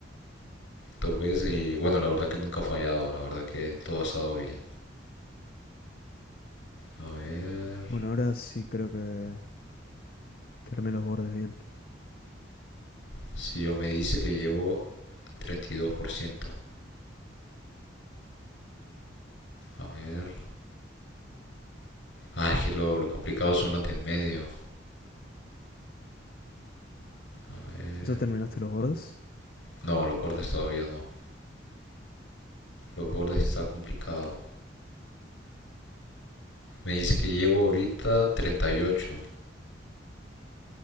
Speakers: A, on the left; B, on the left.
A: Dos veces y bueno, la verdad que nunca ha fallado. La verdad que todo ha estado bien. A ver.
B: Bueno, ahora sí creo que, que armé los bordes bien.
A: Si yo me dice que llevo treinta y dos por ciento, A ver. Ah, es que lo, lo complicado son los de en medio. A ver.
B: ¿Ya terminaste los bordes?
A: No, los bordes todavía no. Los bordes está complicado. Me dice que llevo ahorita treinta y ocho,